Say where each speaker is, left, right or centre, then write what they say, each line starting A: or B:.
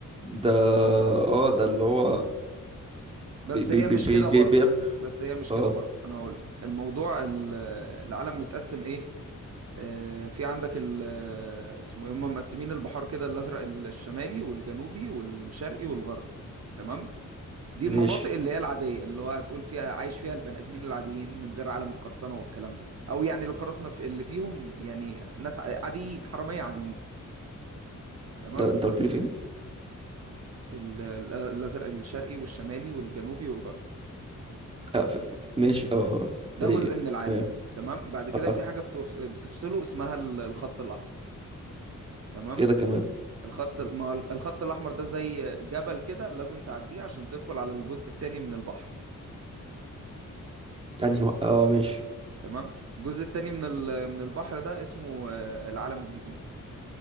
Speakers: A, on the right (about 20°); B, on the right (about 50°).
A: ده اه ده اللي هو
B: بس
A: بي
B: هي
A: بي
B: مش
A: بي بي
B: كده برضه
A: بي بي
B: بس هي مش
A: اه
B: كده برضه انا هقول لك الموضوع ال- العالم متقسم ايه آه، في عندك ال آه، اسمه ايه هم مقسمين البحار كده الازرق الشمالي والجنوبي والشرقي والغربي تمام دي المناطق
A: ماشي
B: اللي هي العاديه اللي هو هتقول فيها عايش فيها البني ادمين العاديين من غير عالم القرصنه والكلام ده او يعني القراصنه في اللي فيهم يعني ناس ع- عاديين حراميه عاديين تمام
A: ده انت قلت لي فين
B: ال- ال- الازرق الشرقي والشمالي والجنوبي والغربي
A: آه في... في- ماشي اه اه قلت
B: ده
A: لي
B: جزء من العالم
A: تمام
B: تمام بعد كده
A: اه
B: في
A: آه،
B: حاجه بتف- بتفصله اسمها ال- الخط الاحمر تمام
A: ايه ده كمان
B: الخط ما هو الخط الاحمر ده زي جبل كده لازم تعديه عشان تدخل على الجزء التاني من البحر
A: انهي و- اه ماشي
B: تمام الجزء التاني من ال- من البحر ده اسمه آه، العالم الجديد